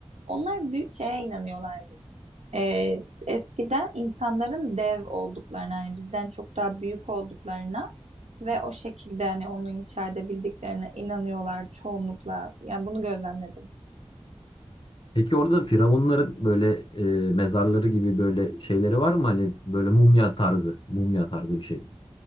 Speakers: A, on the right; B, on the left.
A: Onlar büyük şeye inanıyorlarmış. Ee, eskiden insanların dev olduklarına, hani bizden çok daha büyük olduklarına ve o şekilde hani onu inşa edebildiklerine inanıyorlar çoğunlukla. Yani bunu gözlemledim.
B: Peki orada firavunların böyle e, mezarları gibi böyle şeyleri var mı? Hani böyle mumya tarzı, mumya tarzı bir şey.